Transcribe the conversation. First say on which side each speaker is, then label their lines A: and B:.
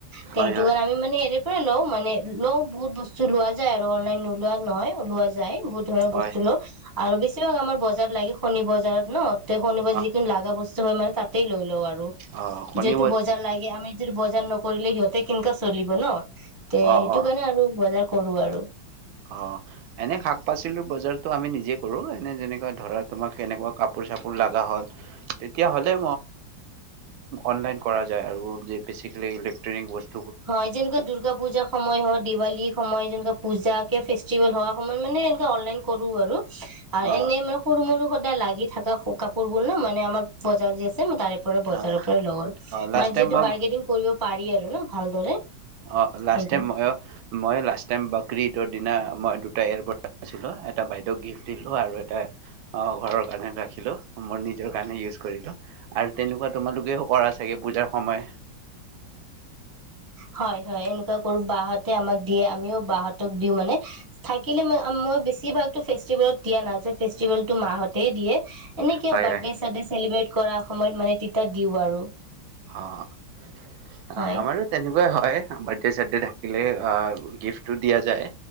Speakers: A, on the right; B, on the right.
A: তে
B: হয়
A: সেইটো
B: হয়
A: কাৰণ আমি মানে <inaudible> মানে লওঁ বহুত বস্তু লোৱা যায় আৰু অনলাইন নোলোৱা নহয় ওলোৱা যায়। বহুত ধৰ
B: হয়
A: বস্তু লওঁ। আৰু বেছিভাগ আমাৰ বজাৰত লাগে শণী বজাৰত ন তে শনিবাৰে
B: অ
A: যি কিন লাগা বস্তু হয় মানে তাতেই লৈ লওঁ আৰু
B: অ', শনি
A: যিহেতু বজাৰ লাগে আমি যদি বজ নকৰিলে সিহঁতে কেনো চলিব ন তে
B: অ',
A: সেইটো
B: অ',
A: কাৰণে আৰু বজাৰ কৰো আৰু
B: অ এনে শাক পাচলিৰ বজাৰতটো আমি নিজে কৰো এনে যেনেকুৱ ধৰা তোমাক কেনেকুৱা কাপোৰ চাপোৰ লগা হ'ল তেতিয়া হ'লে অনলাইন কৰা যায় আৰু বেচিকেলি ইলেক্ট্ৰনিক বস্তু
A: হয় যেনেকুৱা দুৰ্গা পূজাৰ সময় হয় দিৱালী সময় যেনেকুৱা পূজা কে ফেচটিৱেল হোৱা সময়ত মানে এনেককাে অনলাইন কৰো আৰু আৰু
B: অ',
A: এনেই মানে সৰু মৰু সদায় লাগি থাকা কাপোৰ বোৰ ন মানে আমাৰ বজাৰ যে তাৰে পৰা বজাৰৰ
B: অ',
A: পৰাল
B: লাষ্ট
A: মানে যিহেতু
B: টাইম মই
A: বাৰ্গেনিং কৰিব পাৰি আৰু ন ভালদৰে
B: অ লাষ্ট
A: সেইটো
B: টাইম মই মই লাষ্ট টাইম বাকৰী ঈদৰ দিনা মই দুটা এৰ আছিলো এটা বাইদেউক গিফ্ট দিলো আৰু এটা অ ঘৰৰ কাৰণে ৰাখিলো মোৰ নিজৰ কাৰণে ইউজ কৰিলো আৰু তেনেকুৱা তোমালোকেও কৰা চাগে পূজাৰ সময়
A: হয় হয় এনেকুৱা কৰো বাহতে আমাক দিয়ে আমিও বাহতেক দিওঁ মানে থাকিলে ম মই বেছিভাগতো ফেষ্টিভেলত দিয়া নাযায় ফেষ্টিভেলো মাহঁতেই দিয়ে এনেক কি
B: হয়,
A: বাৰ্থডে
B: হয়,
A: চাৰডে চেলিব্ৰেট কৰা সময়ত মানে তিতা দিও আৰু
B: অ অ
A: হয়
B: আমাৰো তেনেকুৱাই হয় হয় বাৰ্থডে চাৰ্থডে থাকিলে গিফ্টটো দিয়া যায়